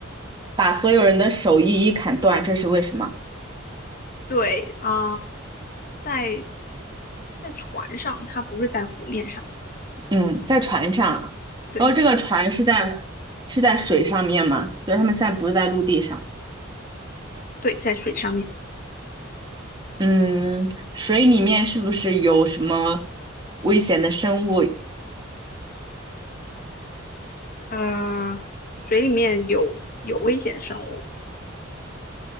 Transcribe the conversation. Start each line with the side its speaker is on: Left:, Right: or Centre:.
Right: 把所有人的手一一砍断，这是为什么？
Left: 对啊、在在船上，他不是在湖面上，
Right: 嗯，在船上，
Left: 对。
Right: 然后这个船是在是在水上面嘛，就是他们现在不是在陆地上。
Left: 对，在水上面，
Right: 嗯，水里面是不是有什么危险的生物？
Left: 呃，水里面有有危险生物，